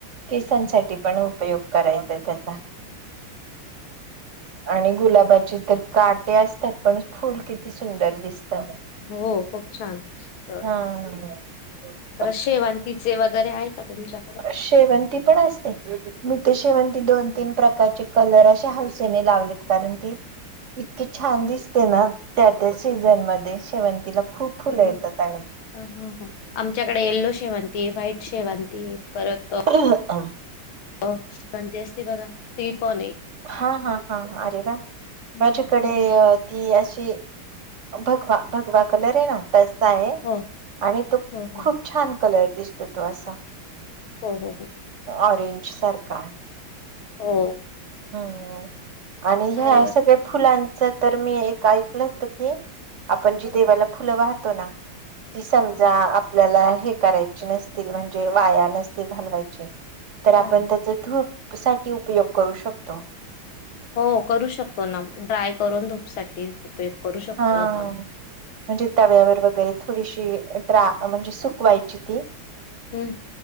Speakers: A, on the right; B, on the left.
A: केसांसाठी पण उपयोग करायचा त्याचा. आणि गुलाबाचे तर काटे असतात पण फुल किती सुंदर दिसतं.
B: हो खूप छान दिसत.
A: हा. <unintelligible>
B: तर शेवांतीचे वगैरे आहे का तुमच्याकड?
A: शेवंती पण असते. मी ते शेवंती ती दोन तीन प्रकारचे कलर अशा हौसेने लावलेत. कारण ती इतकीे छान दिसते ना, त्या त्या सीझन मध्ये शेवंतीला खूप फुलं
B: हम्म
A: येतात
B: हम्म
A: आणि
B: हा हा हा. आमच्याकडे येलो शेवंतीय, व्हाईट शेवं ती परत
A: हं.
B: <unintelligible> असते बघा ती पणय.
A: हा हा हा अरे वा,
B: हम्म
A: माझ्याकडे
B: ह.
A: ती अशी भगवा भगवा कलरय ना तसा आहे
B: हो
A: आणि तो
B: हो हो
A: खूप छान कलर दिसतो तो असा.
B: हम्म हम्म हम्म.
A: ऑरेंज सारखां.
B: हम्म.
A: ह् आणि ह्या
B: भारी वाटतं.
A: सगळ्यां फुलांच तरं मी एक ऐकलं होतं की आपणं जी
B: ह
A: देवाला फुलं वाहतो ना ती समजा
B: ह
A: आपल्यांला हे करायची नसतील म्हणजे वाया नसतं घालवायची तर आपणं
B: ह ह.
A: त्या ची धूंप सांठी उपयोग करूं शकतो.
B: हो करूं शकतो ना ड्राय करूंन धूंपसांठी उपयोग. करू शकतो
A: हा
B: आपण.
A: म्हणजे तव्यांवर वगैरे थोडीशी ड्रा म्हणजे सुकवांयची. ते.
B: हम्